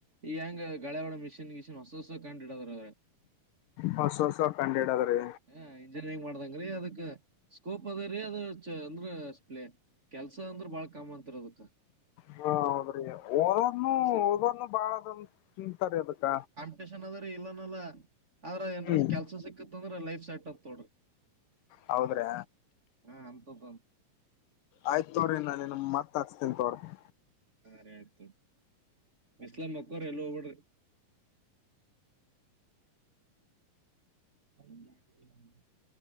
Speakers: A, on the right (about 25°); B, on the left (about 80°).
A: ಈ ಹೆಂಗ ಗಳೆ ಒಳ ಮಿಷಿನ್ ಗಿಷಿನ್ ಹೊಸ ಹೊಸ ಕಂಡಿಡದ್ರ್ರೆ
B: ಹೊಸ ಹೊಸ ಕಂಡು ಇಡದ್ರೀ
A: ಹ ಇಂಜಿನಿಯರಿಂಗ್ ಮಾಡ್ದಂಗ್ರೀ ಅದಕ್ ಸ್ಕೋಪ್ ಅದೇ ರೀ ಅದ ಅಂದ್ರ ಸ್ ಪ್ಲೇ ಕೆಲ್ಸ ಅಂದ್ರ ಬಾಳ ಕಾಮ್ ಅಂತರ ಅದಕ್
B: ಹಾ ಹೌದ್ರಿ ಓದನು
A: ಸಿ-
B: ಓದೋನು ಬಾಳ ಅದನ್ ತಿಂತಾರ ಅದಕ್ಕ
A: ನ್ ಅದ್ರ ಇಲ್ಲನಲ್ಲ ಅವ್ರ ಏನ್
B: ಹ್ಮ್
A: ಕೆಲ್ಸ ಸಿಕ್ತ್ ಇ ಲೈಫ್ ಸೆಟ್ಪ್ ತೊಡ್ರಿ
B: ಹೌದ್ರಿ
A: ಹ ಅಂತ್ದ
B: ಆಯ್ತ್ ತೋ್ರಿ ನಾನನ್ ಮತಹಚೊನಿ ತೋಗರಿ
A: ಹ ರ ಆಯ್ತ ಬೆಸ್ಲೀ ಮಕ್ಕರ್ ಎಲ್ಲ ಹೋಗ್ಬಡ್ರಿ ಹೌ